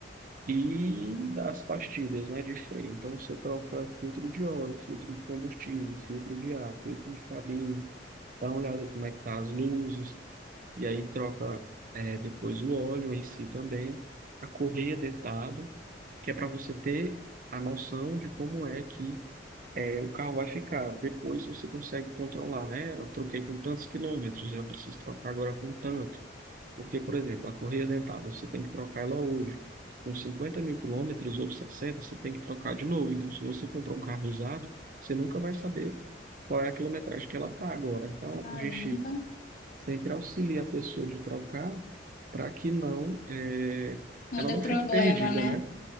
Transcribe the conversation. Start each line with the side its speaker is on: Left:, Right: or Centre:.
Right: e das pastilhas, né, de freio. Então você troca filtro de óleo, filtro de combustível, filtro de ar, filtro de cabine, dá uma olhada como é que tá as luzes, e aí troca é, depois o óleo em si também, a correia dentada, que é para você ter a noção de como é que é, o carro vai ficar. Depois você consegue controlar, né? Eu troquei com tantos quilômetros, né? Eu preciso trocar agora com tanto. Porque, por exemplo, a correia dentada, você tem que trocar ela hoje. Com 50 mil quilômetros ou 60 você tem que trocar de novo. Então, se você comprar um carro usado, você nunca vai saber qual é a quilometragem que ela está agora. Então,
Left: Caramba,
Right: a gente sempre auxilia a pessoa de trocar para que não é,
Left: não
Right: ela
Left: dê
Right: não
Left: problema,
Right: fique perdida,
Left: né?
Right: né?